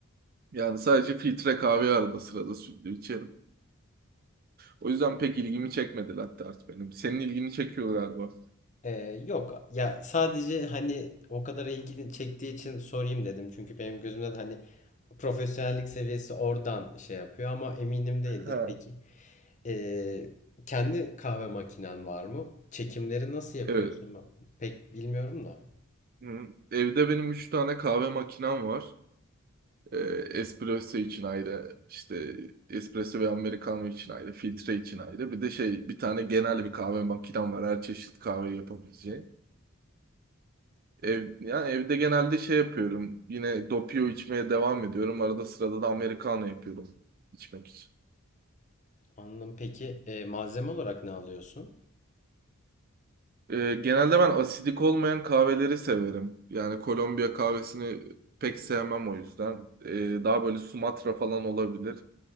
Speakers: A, on the right; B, on the left.
A: Yani sadece filtre kahve arada sırada sütlü içerim. O yüzden pek ilgimi çekmedi latte art benim. Senin ilgini çekiyor galiba.
B: Ee, yok ya sadece hani o kadar ilgini çektiği için sorayım dedim. Çünkü benim gözümde de hani profesyonellik seviyesi oradan şey yapıyor ama eminim değildir.
A: Ha.
B: Peki. Ee, kendi kahve makinen var mı? Çekimleri nasıl yapıyorsun?
A: Evet.
B: Ben Pek bilmiyorum da.
A: Hı. Evde benim 3 tane kahve makinem var. E, espresso için ayrı, işte espresso ve americano için ayrı, filtre için ayrı. Bir de şey bir tane genel bir kahve makinem var. Her çeşit kahve yapabileceği. Ev, yani evde genelde şey yapıyorum. Yine doppio içmeye devam ediyorum. Arada sırada da americano yapıyorum içmek için.
B: Anladım. Peki e, malzeme olarak ne alıyorsun?
A: E, genelde ben asidik olmayan kahveleri severim. Yani Kolombiya kahvesini pek sevmem o yüzden. E, daha böyle Sumatra falan olabilir.